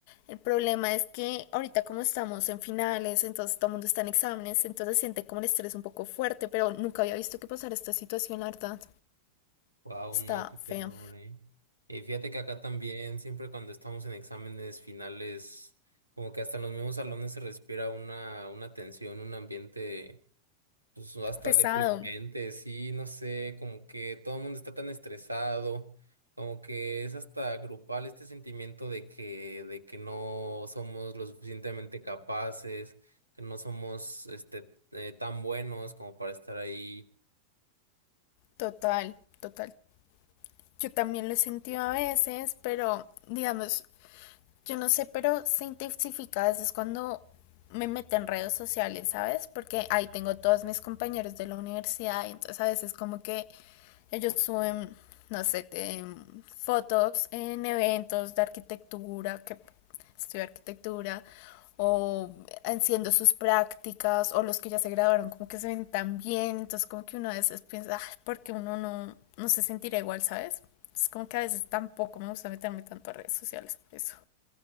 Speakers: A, on the left; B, on the right.
A: El problema es que ahorita como estamos en finales, entonces todo el mundo está en exámenes, entonces siente como el estrés un poco fuerte, pero nunca había visto que pasara esta situación, la verdad.
B: Wow,
A: Está
B: no, qué
A: feo.
B: terror, eh. Y fíjate que acá también, siempre cuando estamos en exámenes finales, como que hasta en los mismos salones se respira una, una tensión, un ambiente pues hasta
A: Pesado.
B: deprimente, sí, no sé, como que todo el mundo está tan estresado, como que es hasta grupal este sentimiento de que, de que no somos lo suficientemente capaces, que no somos este eh, tan buenos como para estar ahí.
A: Total, total. Yo también lo he sentido a veces, pero digamos, Yo no sé, pero se intensifica a veces cuando me meto en redes sociales, ¿sabes? Porque ahí tengo todos mis compañeros de la universidad y entonces a veces como que ellos suben, no sé, te- fotos en eventos de arquitectura, que estudio arquitectura, o haciendo sus prácticas, o los que ya se graduaron como que se ven tan bien, entonces como que uno a veces piensa, "Ah, ¿por qué uno no, no se sentirá igual, ¿sabes? Es como que a veces tampoco me gusta meterme tanto a redes sociales por eso.